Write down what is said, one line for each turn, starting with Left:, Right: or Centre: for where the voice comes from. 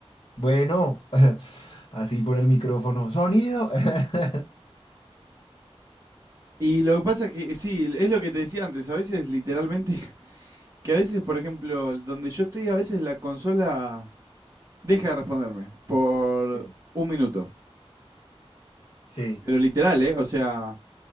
Left: bueno, <laughs> así por el micrófono, sonido. <laughs>
Right: Y lo que pasa es que, sí, es lo que te decía antes, a veces literalmente Que a veces, por ejemplo, donde yo estoy, a veces la consola deja de responderme por
Left: Sí,
Right: un minuto.
Left: sí,
Right: Pero literal, ¿eh? O sea,